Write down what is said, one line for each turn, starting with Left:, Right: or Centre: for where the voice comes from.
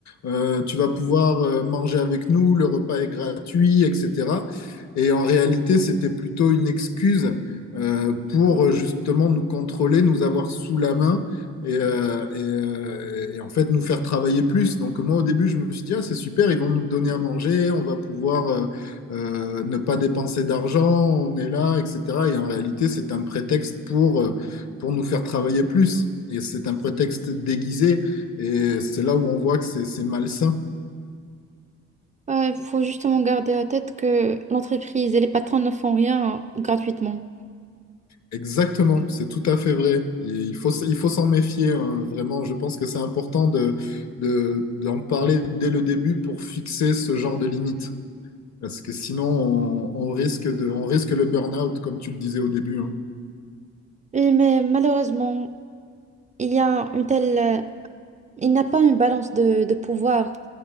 Left: euh, tu vas pouvoir euh, manger avec nous, le repas est gratuit, etc. Et en réalité, c'était plutôt une excuse euh, pour euh, justement nous contrôler, nous avoir sous la main et, euh, et, euh, et en fait nous faire travailler plus. Donc moi au début je me suis dit ah, c'est super, ils vont nous donner à manger, on va pouvoir euh, euh, ne pas dépenser d'argent, on est là, etc. Et en réalité c'est un prétexte pour, euh, pour nous faire travailler plus. Et c'est un prétexte déguisé et c'est là où on voit que c'est c'est malsain.
Right: Il faut justement garder à tête que l'entreprise et les patrons ne font rien gratuitement.
Left: Exactement, c'est tout à fait vrai. Et il faut, il faut s'en méfier, hein, vraiment. Je pense que c'est important de, de, d'en parler dès le début pour fixer ce genre de limite. Parce que sinon, on, on risque de, on risque le burn-out, comme tu le disais au début, hein.
Right: Oui, mais malheureusement, il y a une telle, euh, il n'y a pas une balance de, de pouvoir.